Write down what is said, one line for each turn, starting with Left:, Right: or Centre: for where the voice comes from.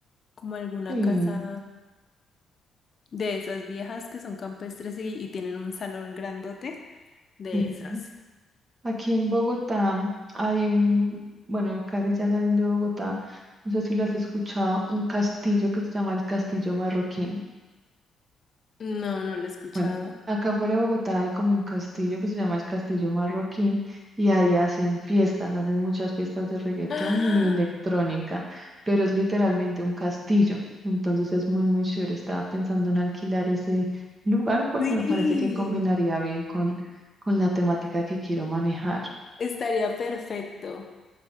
Left: como alguna
Right: Sí,
Left: casa de esas viejas que son campestres y, y tienen un salón grandote de
Right: sí.
Left: esas.
Right: Aquí en Bogotá hay un, bueno, casi ya saliendo de Bogotá, no sé si lo has escuchado, un castillo que se llama el Castillo Marroquín.
Left: No, no lo he escuchado.
Right: Bueno, acá fuera de Bogotá hay como un castillo que se llama el Castillo Marroquín y ahí hacen fiestas, hacen muchas fiestas de reggaetón
Left: ¡Ah!
Right: y electrónica, pero es literalmente un castillo, entonces es muy, muy chévere. Estaba pensando en alquilar ese lugar porque
Left: Sí,
Right: me parece que combinaría bien con, con la temática que quiero manejar,
Left: estaría perfecto.